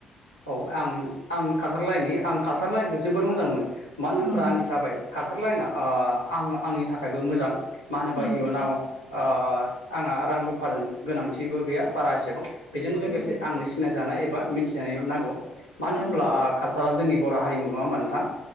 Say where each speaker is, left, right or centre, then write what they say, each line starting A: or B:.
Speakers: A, on the left; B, on the left.
A: औ आं आं कालचार लाइननि आं कालचार लाइनखौ जोबोर मोजां मोनो। मानो
B: उम
A: होमब्रा आंनि जाबाय कालसार लाइनआ ओ आं आंनि थाखायबो मोजां मा होनोबा
B: उम
A: इयुनाव ओ आंहा रां रुफाजों गोनांथिबो गैया बारा एसेबां। बेजों लोगोसे
B: उम
A: आंनो सिनाय जानाय एबा मिथिजानाय नांगौ मानो
B: उम
A: होनब्ला काल सारा जोंनि बर' हारिमु। नङा होमबा नोंथां?